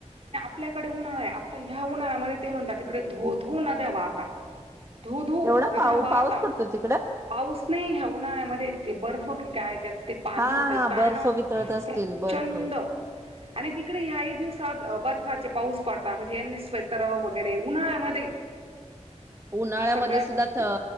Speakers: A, on the right; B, on the right.
A: आपल्या कडे उन्हाळा आहे आता या उन्हाळ्यामध्ये ते म्हणतात तिकडे धो धो नद्या वाहतात... धो धो
B: एवढा
A: नद्या
B: पाऊ
A: वाहतात
B: पाऊस पडतो तिकडे
A: पाऊस नाही या उन्हाळ्यामध्ये ते बर्फ काय त्यांच ते पाणी
B: हा
A: होतं
B: हा
A: काय
B: बर्फ
A: नाव
B: वितळत असतील
A: प्रचंड....
B: बर्फ
A: आणि तिकडे याही दिवसात अ बर्फ दुपारचे पाऊस पाडता म्हणजे यांनी स्वेटर वगैरे उन्हाळ्यामध्ये...
B: उन्हाळ्यामधे
A: ह्या सगळ्या
B: सुद्धा
A: गोष्टी
B: त